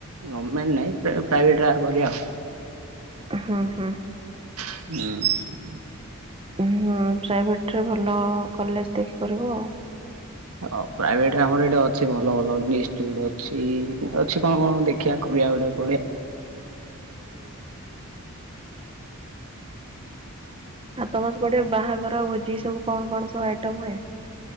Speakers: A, on the right; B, on the right.
A: ଗମେଣ୍ଟ ନାଇଁ ପ୍ରା ପ୍ରାଇଭେଟରେ କରିବା ଆଉ।
B: ହୁଁ ହୁଁ।
A: ହୁଁ।
B: ହୁଁ ପ୍ରାଇଭେଟରେ ଭଲ କଲେଜ୍ ଦେଖି କରିବ ଆଉ।
A: ହ ପ୍ରାଇଭେଟରେ ଆମର ଏଇଟେ ଅଛି ଭଲ ଭଲ ନିଷ୍ଟ ଗୁଟେ ଅଛି। ଅଛି କଣ କଣ ଦେଖିବା କରିବା ଗୋଟେ ପଢ଼ିବା।
B: ହୁଁ। ଆଉ ତମ ସେପଟେ ବାହାଘର ଭୋଜି ସବୁ କଣ କଣ ସବୁ ଆଇଟମ୍ ହୁଏ?